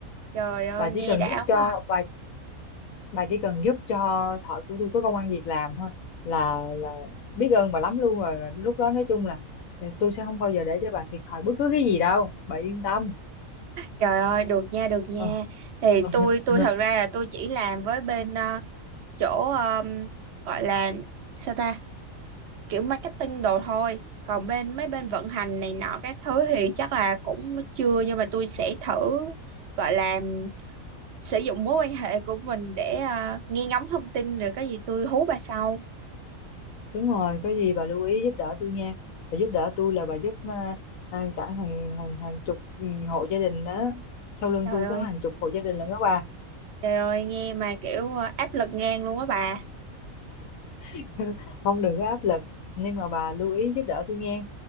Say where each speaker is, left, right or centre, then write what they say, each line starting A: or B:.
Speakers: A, on the right; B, on the left.
A: Trời ơi
B: Bà
A: nghe
B: chỉ cần
A: đã
B: giúp cho
A: quá à.
B: bà bà chỉ cần giúp cho thợ của tôi có công ăn việc làm thôi là là biết ơn bà lắm luôn rồi. Mà lúc đó nói chung là ừ, tôi sẽ không bao giờ để cho bà thiệt thòi bất cứ cái gì đâu. Bà yên tâm.
A: Trời ơi được nha được nha
B: Ờ.
A: Thì
B: <laughs>
A: tôi tôi thật ra là tôi chỉ làm với bên ờ, chỗ ờ, gọi là sao ta kiểu marketing đồ thôi còn bên mấy bên vận hành này nọ các thứ thì chắc là cũng chưa nhưng mà tôi sẽ thử gọi là sử dụng mối quan hệ của mình để à, nghe ngóng thông tin rồi có gì tôi hú bà sau
B: Đúng rồi, có gì bà lưu ý giúp đỡ tôi nha. Bà giúp đỡ tôi là bà giúp à, à, cả hàng hàng hàng chục ừ, hộ gia đình đó. Sau lưng
A: trời
B: tôi
A: ơi
B: có hàng chục hộ gia đình lận đó bà.
A: trời ơi nghe mà kiểu à, áp lực ngang luôn á bà
B: <laughs> không đừng có áp lực nhưng mà bà lưu ý giúp đỡ tôi nghe